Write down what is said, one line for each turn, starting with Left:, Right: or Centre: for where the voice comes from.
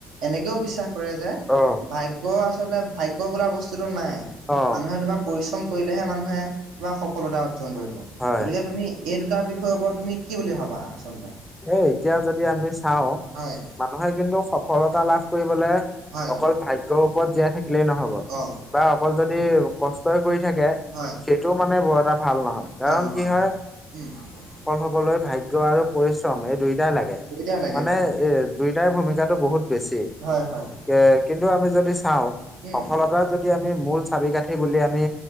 Right: এনেকেও বিশ্বাস কৰে যে
Centre: অ
Right: ভাগ্য আচলতে ভাগ্য বোলা বস্তুটো নাই
Centre: অ
Right: মানুহে তোমাৰ পৰিশ্ৰম কৰিলেহে মানুহে তোমাৰ সফলতা অৰ্জন কৰিব
Centre: হয়
Right: গতিকে তুমি এই দুটা বিষয়ৰ ওপৰত তুমি কি বুলি ভাবা আচলতে
Centre: এ এতিয়া যদি আমি চাও
Right: হয়
Centre: মানুহে কিন্তু সফলতা লাভ কৰিবলে
Right: হয়
Centre: অকল ভাগ্য ওপৰত জীয়াই থাকিলেই নহব
Right: অ
Centre: বা অকল যদি কষ্টই কৰি থাকে
Right: হয়
Centre: সেইটো মানে বৰ এটা ভাল নহয় কাৰণ
Right: ভাল নহয়
Centre: কি হয়
Right: উম মানুহ সফল
Centre: হবলৈ ভাগ্য আৰু শ্ৰম এই দুইটাই লাগে
Right: দুইটাই লাগে
Centre: মানে
Right: হয়
Centre: এ দুইটাই ভূমিকাটো বহুত বেছি
Right: হয় হয়
Centre: এ কিন্তু আমি যদি চাও
Right: উম
Centre: সফলতাৰ যদি আমি মূল চাবি কাঠি বুলি আমি